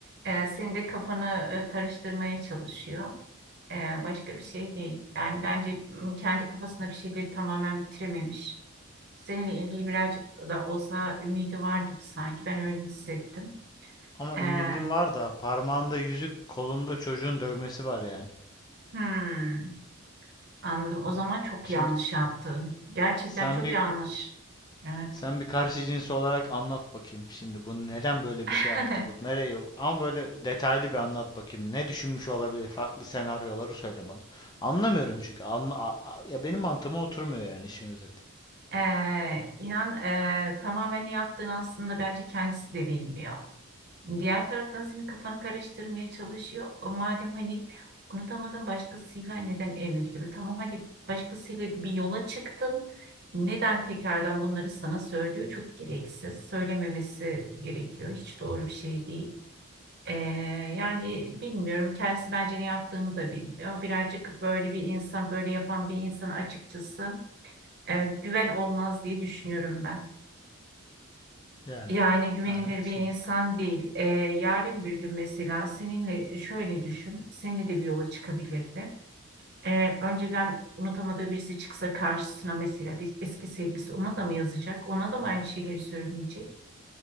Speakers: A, on the right; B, on the left.
A: Ee, senin de kafanı e, karıştırmaya çalışıyor. Ee, başka bir şey değil. Yani bence m, kendi kafasında bir şeyleri tamamen bitirememiş. Seninle ilgili birazcık da olsa ümidi var gibi sanki. Ben öyle hissettim.
B: Ama
A: Ee,
B: ümidim var da parmağında yüzük, kolunda çocuğun dövmesi var yani.
A: hmm, anladım. O zaman çok
B: Şimdi
A: yanlış yaptı. Gerçekten
B: sen
A: çok
B: bir
A: yanlış. Evet.
B: sen bir karşı cins olarak anlat bakayım. Şimdi bu neden böyle
A: <laughs>
B: bir şey yaptı bu? Nereye? Ama böyle detaylı bir anlat bakayım. Ne düşünmüş olabilir? Farklı senaryoları söyle bana. Anlamıyorum çünkü. Anla, a- a- ya benim mantığıma oturmuyor yani işin özeti.
A: Ee, inan e, tamamen ne yaptığın aslında bence kendisi de bilmiyor. Diğer taraftan senin kafanı karıştırmaya çalışıyor. O madem hani unutamadın başkasıyla neden evlilik gibi? Tamam hadi başkasıyla bir yola çıktın. Neden tekrardan bunları sana söylüyor? Çok gereksiz. Söylememesi gerekiyor. Hiç doğru bir şey değil. Ee, yani bilmiyorum. Kendisi bence ne yaptığını da bilmiyor. Birazcık böyle bir insan, böyle yapan bir insan açıkçası e, güven olmaz diye düşünüyorum ben.
B: Yani.
A: Yani güvenilir
B: Yani kısmen.
A: bir insan değil. E, yarın bir gün mesela seninle e, şöyle düşün, seninle de bir yola çıkabilirdi. E, önceden unutamadığı birisi çıksa karşısına mesela bir eski sevgilisi ona da mı yazacak? Ona da mı aynı şeyleri söyleyecek?